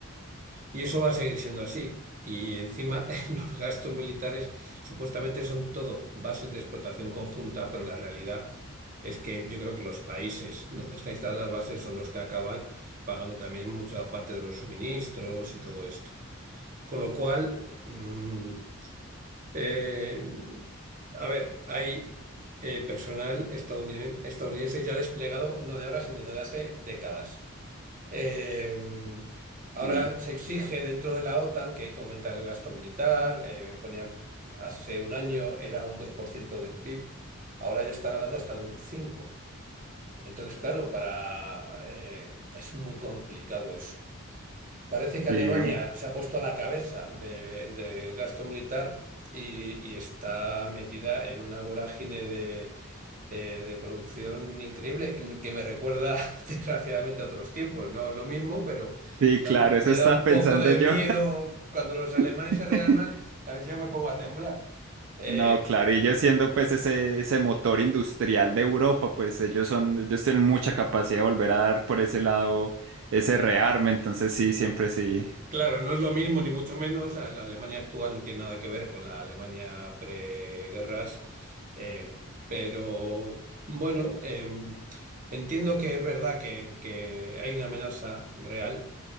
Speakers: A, on the right; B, on the right.
A: Y eso va a seguir siendo así. Y encima <laughs> los gastos militares supuestamente son todo bases de explotación conjunta, pero la realidad es que yo creo que los países donde están instaladas las bases son los que acaban pagando también mucha parte de los suministros y todo esto. Con lo cual, mm, eh, a ver, hay eh, personal estadounid- estadounidense, ya desplegado no de ahora, sino de hace décadas. Eh, ahora
B: Sí,
A: se exige dentro de la OTAN que hay que aumentar el gasto militar. eh, ponía- hace un año era un 2% del PIB, ahora ya están hablando hasta de un 5%. Entonces, claro, para, eh, es muy complicado eso. Parece que
B: sí,
A: Alemania
B: un-
A: se ha puesto a la cabeza de- del gasto militar y, y está metida en una vorágine de, eh, de producción increíble, mm, que me recuerda <laughs> desgraciadamente a otros tiempos. No es lo mismo, pero
B: sí,
A: da-
B: claro,
A: me
B: eso estaba
A: da un
B: pensando
A: poco de
B: yo.
A: miedo cuando los alemanes
B: <laughs>
A: se rearman, a veces yo me pongo a temblar. Eh,
B: No, claro, y ellos siendo pues ese, ese motor industrial de Europa, pues ellos son, ellos tienen mucha capacidad de volver a dar por ese lado ese
A: eh,
B: rearme, entonces sí, siempre sí,
A: Claro, no es lo mismo, ni mucho menos. A La Alemania actual no tiene nada que ver con la Alemania preguerras, eh, pero bueno, eh, entiendo que es verdad que, que hay una amenaza real